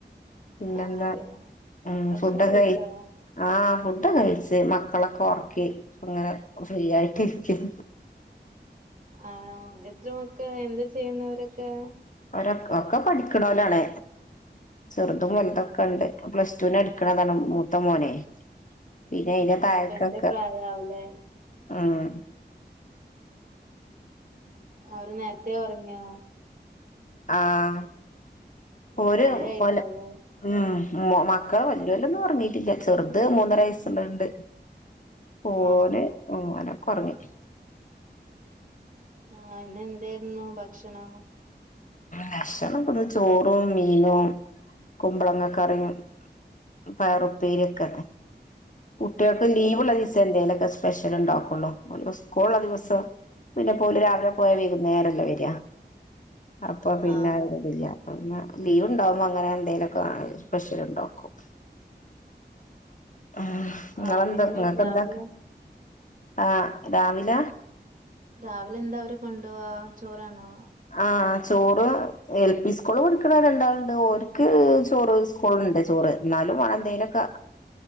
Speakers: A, on the left; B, on the right.
A: പിന്നെ
B: ആഹ്
A: എന്താ
B: അതെ
A: ഉം
B: ഭക്ഷണം
A: ഫുഡൊക്കെ
B: കഴിച്ചോ
A: കഴി ആഹ് ഫുഡൊക്കെ കഴിച്ച് മക്കളൊക്കെ ഉറക്കി ഇപ്പങ്ങനെ ഫ്രീ ആയിട്ടിരിക്കും
B: ആണോ എത്രുമൊക്കെ എന്താ ചെയ്യുന്നവരൊക്കെ
A: അവരക് ഒക്കെ പഠിക്കണോലാണ് ചെറുതും വൽതൊക്കെണ്ട് പ്ലസ് റ്റ ടു ന എടുക്കണതാണ് മൂത്ത മോനെ പിന്നെ അയിന്റെ
B: ആണോ
A: താഴക്കൊക്കെ
B: അപ്പൊ എന്റെ പ്രായാവൂലേ
A: ആഹ്
B: അവര് നേരത്തെേ ഉറങ്ങിയോ
A: ആഹ്
B: ഉം,
A: ഒര്
B: മഴയായിട്ടാവൂലേ
A: പോലെ ഉം മക്കള വല്ല്യോലൊന്ന് ഒർങ്ങീട്ടില്ല ചെറുത് മൂന്നര വയസ്സുള്ളണ്ട് പോലെ
B: ആഹ് ആഹ്
A: ഓനകൊറങ്ങി
B: ആഹ് ഇന്ന എന്തേയിരുന്നു ഭക്ഷണം
A: ഭക്ഷണം ഇപ്പന്ന് ചോറും മീനും കുമ്പളങ്ങ കറിയും പയറുപ്പേരിക്കെ കുട്ട്യേക്ക് ലീവ്ള്ള
B: ആഹ്
A: ദിവസം എന്തേലൊക്കെ സ്പെഷ്യൽ ണ്ടാക്കുള്ളൂ സ്കൂൾള്ള ദിവസം പിന്നെ പോല് രാവിലെ പോയ വൈകുന്നേരല്ലേ വര്അ അപ്പൊ പിന്നെ
B: ആഹ്
A: ആ ഒര്തില്ല പ പിന്നെ ലീവ് ഉണ്ടാവുമ്പോ അങ്ങനെ എന്തേലൊക്കെ <unintelligible> സ്പെഷ്യൽല് ണ്ടാക്കും ഉം നങ്ങളെന്താ
B: ആഹ് അവരെങ്ങനെ
A: നിങ്ങക്ക്
B: രാവിലെ
A: എന്താ ആഹ് രാവില
B: രാവിലെ എന്താ അവര് കൊണ്ടോവാ ചോറാണോ
A: ആഹ് ചോറ് എൽ പി സ്കൂളി പഠിക്കണ രണ്ടാളുണ്ട് ഓര്ക്ക് ചോറ് സ്കൂളുണ്ട് ചോറ് ന്നാലും മാണ എന്തേലൊക്കെ